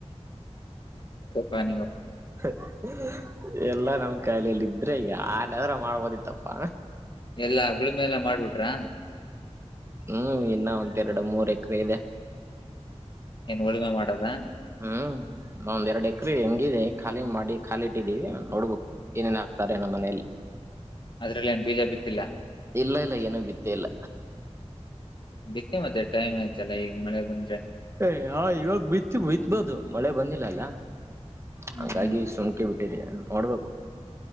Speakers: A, on the left; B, on the right.
A: <inaudible>
B: ಹ್ ಹೂ! ಎಲ್ಲಾ ನಮ್ ಕೈಲಿದ್ರೆ ಏನ್ ಮಾಡಬಹುದಿತ್ತಪ್ಪ!
A: ಎಲ್ಲಾ ಅದರ ಮೇಲೆ ಮಾಡ್ಬಿಟ್ರಾ?
B: ಹೂ! ಇನ್ನ ಒಂದು ಎರಡು ಮೂರು ಎಕರೆ ಇದೆ.
A: ಏನು ಉಳಿಮೆ ಮಾಡೋದು... !
B: ಹೂ! ಒಂದೆರಡು ಎಕರೆ ಖಾಲಿ ಮಾಡಿ ಖಾಲಿ ಇಟ್ಟಿದ್ದೀವಿ ನೋಡಬೇಕು, ಏನೇನ್ ಹಾಕ್ತಾರೆ? ಎಲ್ಲಿ? ಎಲ್ಲಿ?
A: ಅದರಲ್ಲೇನೂ ಬಿಜೆಪಿ ಇಲ್ಲ?
B: ಇಲ್ಲ, ಇಲ್ಲ, ಏನು ಬಿತ್ತೆ ಇಲ್ಲ..
A: ಬಿತ್ತನೆಗೆ ಸರಿ ಅಲ್ಲ, ಈಗ ಮಳೆ ಬಂದ್ರೆ! !
B: ಏ! ಹ್! ಇವಾಗ ಬಿತ್ತು ಬಿತ್ತು ಬೋದು ಮಳೆ ಬಂದಿಲ್ಲ ಅಲ್ಲ!
A: ಹ್ಮ್
B: ಹಂಗಾಗಿ.....
A: ಹ್ಮ್
B: ! ಸೋಮ್ ಹ್ಮ್ಮ್! ನೋಡ್ಬೇಕು.